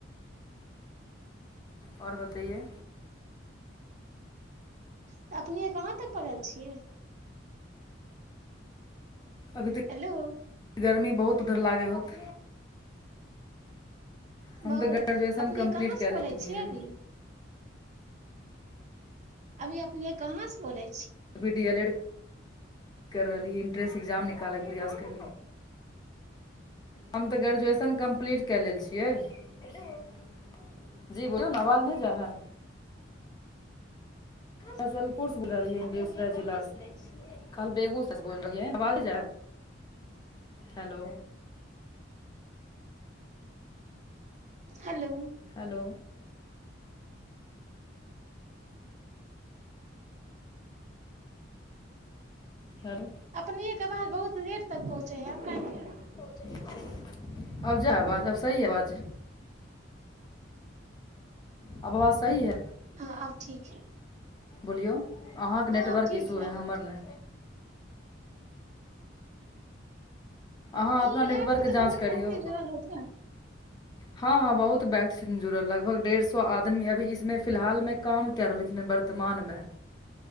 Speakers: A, on the left; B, on the right.
A: आओर बतैयै
B: तऽ अपने कहाँ तक पढ़ल छियै
A: अभी तक
B: हेलो
A: गर्मी बहुत उधर लागे होत हम
B: बहुत
A: तऽ ग्रेजुएशन
B: अपने
A: कम्प्लीट
B: कहाँ से
A: कए
B: बोलै
A: लेलियै
B: छियै
A: हन
B: अभी अभी अपने कहाँ से बोलेै
A: अभी डी एल एड कर रहली इन्ट्रेन्स एग्जाम निकालैके प्रयास कर रहली हम तऽ ग्रेजुएन कम्पलीट कए लेल छियै जी बोलियौ ने आवाज नहि जाय हय हसनपुरसँ बोल रहलियै हन बेगूसराय जिलासँ खल बेगूस <unintelligible> बोलब बज हेलो
B: हेलो
A: हेलो हेलो
B: अपनीए के आवाज बहुत लेट तक पहुँचे है आ <unintelligible> क
A: अब जा हय आवाज आब सही है आवाज आब आवाज सही हय
B: हँ आब ठीक हय
A: बोलियउ अहाँके नेटवर्क
B: अब ठीक
A: इशू
B: है
A: अइ हमर नै अहाँ अपना
B: ई
A: नेटवर्क
B: एप मे
A: के
B: तऽ
A: जाँच
B: बहुत
A: करियौ
B: व्यक्ति जुड़ल होत ने
A: हँ हँ बहुत व्यक्ति छथिन जुड़ल लगभग डेढ़ सौ आदमी अभी इसमे फिलहाल मे काम के रहलखिन हें बर वर्तमानमे